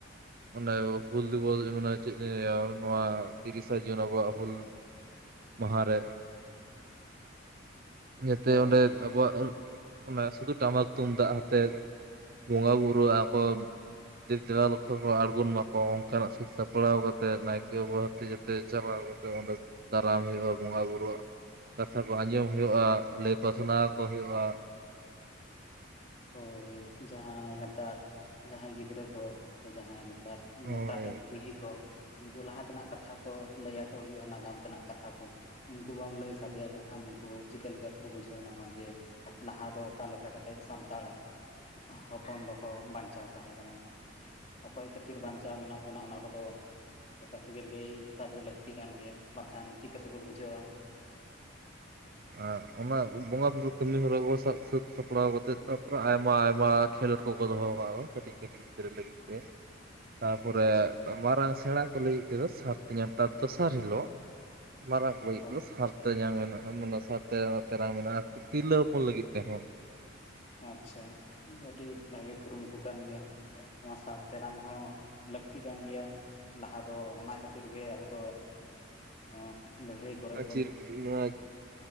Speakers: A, on the right (about 50°); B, on the left (about 35°).
A: ᱢᱟᱱᱮ ᱦᱩᱞ ᱫᱤᱵᱚᱥ ᱢᱟᱱᱮ ᱪᱮᱫ ᱤᱧ ᱞᱟᱹᱭᱟ ᱱᱚᱣᱟ ᱛᱤᱨᱤᱥᱟ ᱡᱩᱱ ᱟᱵᱚᱣᱟᱜ ᱦᱩᱞ ᱢᱟᱦᱟ ᱨᱮ <unintelligible> ᱡᱟᱛᱮ
B: ᱦᱳᱭ
A: ᱚᱸᱰᱮ ᱟᱵᱚᱣᱟᱜ ᱟ.... ᱚᱱᱟ ᱥᱩᱫᱩ ᱴᱟᱢᱟᱠ ᱛᱩᱢᱫᱟᱜ ᱦᱟᱛᱮᱫ ᱵᱚᱸᱜᱟ ᱵᱩᱨᱩ ᱟᱠᱚ <unintelligible> ᱟᱬᱜᱚᱱ ᱢᱟ ᱠᱚ ᱚᱱᱠᱟᱱᱟᱜ ᱥᱟᱹᱛ ᱥᱟᱯ.. <unintelligible> ᱥᱟᱯᱲᱟᱣ ᱠᱟᱛᱮᱜ ᱱᱟᱭᱠᱮ ᱵᱟᱵᱟ ᱛᱮ ᱡᱟᱛᱮ ᱪᱟᱞᱟᱣ ᱠᱟᱛᱮᱜ ᱚᱸᱰᱮ ᱫᱟᱨᱟᱢ ᱦᱩᱭᱩᱜᱼᱟ ᱵᱚᱸᱜᱟ ᱵᱩᱨᱩᱣᱟᱜ ᱠᱚ <unintelligible> ᱠᱟᱛᱷᱟ ᱠᱚ ᱟᱸᱡᱚᱢ ᱦᱩᱭᱩᱜᱼᱟ ᱞᱟᱹᱭ ᱯᱟᱥᱱᱟᱣ ᱟᱠᱚ ᱦᱩᱭᱩᱜᱼᱟ
B: ᱦᱳᱭ ᱡᱟᱦᱟᱸᱭ ᱱᱮᱛᱟᱨ ᱡᱟᱦᱟᱸᱭ ᱜᱤᱫᱽᱨᱟᱹ ᱠᱚ ᱥᱮ ᱡᱟᱦᱟᱸᱭ ᱱᱮᱛᱟᱨ
A: ᱦᱳᱭ
B: ᱱᱮᱛᱟᱨ ᱨᱮᱱ <unintelligible> ᱯᱤᱲᱦᱤ ᱠᱚ ᱩᱱᱠᱩ ᱞᱟᱦᱟ ᱛᱮᱱᱟᱜ ᱠᱟᱛᱷᱟ ᱠᱚ ᱞᱟᱹ ᱟᱠᱚ ᱦᱩᱭᱩᱜᱼᱟ ᱱᱟᱜᱟᱢ ᱛᱮᱱᱟᱜ ᱠᱟᱛᱷᱟ ᱠᱚ ᱩᱱᱠᱩ ᱵᱟᱢ ᱞᱟᱹᱭ ᱥᱟᱰᱮ ᱟᱠᱚ ᱠᱷᱟᱱ ᱩᱱᱠᱩ ᱪᱤᱠᱟᱹ ᱞᱮᱠᱟ ᱛᱮᱠᱚ ᱵᱩᱡᱷᱟᱹᱣ ᱧᱟᱢᱟ ᱡᱮ ᱞᱟᱦᱟ ᱫᱚ ᱚᱠᱟ ᱞᱮᱠᱟ ᱠᱟᱛᱮᱜ ᱥᱟᱱᱛ.... ᱛᱟᱲ ᱦᱚᱯᱚᱱ ᱫᱚ ᱠᱚ ᱵᱟᱱᱪᱟᱣ ᱛᱟᱦᱮᱸ ᱠᱟᱱᱟ ᱚᱠᱚᱭ ᱠᱷᱟᱹᱛᱤᱨ ᱵᱟᱱᱪᱟᱣ ᱢᱮᱱᱟᱜ ᱵᱚᱱᱟ ᱚᱱᱟ ᱠᱚᱫᱚ ᱮᱠᱟᱞᱮ ᱜᱮ ᱞᱟᱹᱭ ᱥᱟᱰᱮ ᱞᱟᱹᱠᱛᱤ ᱠᱟᱱ ᱜᱮᱭᱟ ᱵᱟᱠᱷᱟᱱ ᱪᱤᱠᱟᱹ ᱛᱮᱠᱚ ᱵᱩᱡᱷᱟᱹᱣᱟ
A: <unintelligible> ᱟᱨ ᱚᱱᱟ ᱵᱩ.. ᱵᱚᱸᱜᱟ ᱵᱩᱨᱩ ᱠᱟᱹᱢᱤ ᱦᱚᱨᱟ ᱵᱚ ᱥᱟᱵ ᱥᱟᱹᱛ ᱥᱟᱯᱲᱟᱣ ᱠᱟᱛᱮᱜ ᱛᱟᱯᱚᱨᱮ ᱟᱭᱢᱟ ᱟᱭᱢᱟ ᱠᱷᱮᱞᱚᱰ ᱠᱚᱠᱚ ᱫᱚᱦᱚ ᱟᱠᱟᱜ ᱠᱚ ᱠᱟᱹᱴᱤᱡ ᱠᱟᱹᱴᱤᱡ ᱜᱤᱫᱽᱨᱟᱹ ᱞᱟᱹᱜᱤᱫ ᱛᱮ ᱛᱟᱻᱯᱚᱨᱮ
B: ᱟᱪᱪᱷᱟ
A: ᱢᱟᱨᱟᱝ ᱥᱮᱬᱟ ᱠᱚ ᱞᱟᱹᱜᱤᱫ ᱛᱮᱫᱚ ᱥᱟᱨ ᱛᱮᱨᱟᱝ, ᱛᱟᱵ‌ ᱫᱚᱥᱟᱨ ᱦᱤᱞᱳᱜ ᱢᱟᱨᱟᱝ ᱠᱚ ᱞᱟᱹᱜᱤᱫ
B: ᱦᱚᱸ
A: ᱫᱚ ᱥᱟᱨᱛᱮ <unintelligible> ᱧᱟᱝ ᱢᱮᱱᱟᱜᱼᱟ ᱢᱚᱱᱮ <unintelligible> ᱥᱟᱨ ᱛᱮ ᱛᱮᱨᱟᱝ ᱢᱮᱱᱟᱜ-ᱟ ᱛᱤᱨᱞᱟᱹ ᱦᱚᱯᱚᱱ ᱞᱟᱹᱜᱤᱫ ᱛᱮᱦᱚᱸ
B: ᱟᱪᱪᱷᱟ <unintelligible> ᱟᱹᱰᱤ ᱵᱷᱟᱜᱤ ᱠᱩᱨᱩᱢᱩᱴᱩ ᱠᱟᱱ ᱜᱤᱭᱟ ᱱᱚᱶᱟ ᱥᱟᱨ ᱛᱮᱨᱟᱝ ᱦᱚᱸ ᱞᱟᱹᱠᱛᱤ ᱠᱟᱱ ᱜᱮᱭᱟ ᱞᱟᱦᱟ ᱫᱚ ᱚᱱᱟ ᱠᱷᱟᱹᱛᱤᱨ ᱜᱮ ᱟᱵᱚ ᱫᱚ <unintelligible> ᱞᱟᱹᱲᱦᱟᱹᱭ ᱠᱚᱨᱮ
A: <unintelligible> ᱟ...
B: ᱵᱚᱱ
A: ᱪᱤᱨ <unintelligible>